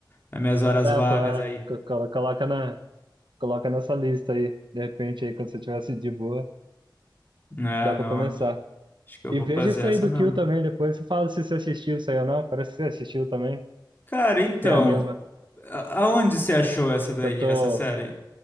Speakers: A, on the left; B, on the right.
A: nas minhas horas
B: É,
A: vagas
B: pô, é,
A: aí.
B: co- colo- coloca na, coloca nessa lista aí, de repente aí, quando você tivesse de boa,
A: É,
B: dá
A: não,
B: para começar.
A: acho que eu
B: E
A: vou
B: veja
A: fazer
B: isso
A: essa
B: aí do
A: mesmo.
B: Kill também depois. Você fala se você assistiu isso aí ou não. Parece que você assistiu também.
A: Cara, então,
B: Se é a mesma.
A: a- aonde você achou essa daí,
B: Que eu tô.
A: essa série?